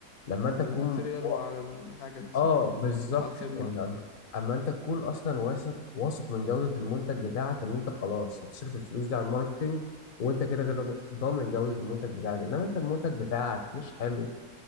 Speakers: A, on the left; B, on the left.
A: لما أنت
B: على
A: تكون
B: الماتيريال
A: و-
B: وعلى الحاجة نفسها
A: آه بالظبط
B: وعلى الخدمة
A: إن أما أنت تكون أصلا واثق واثق من جودة المنتج بتاعك إن أنت خلاص هتصرف الفلوس دي على الماركتينج وأنت كده كده ضامن جودة المنتج بتاعك إنما أنت المنتج بتاعك مش حلو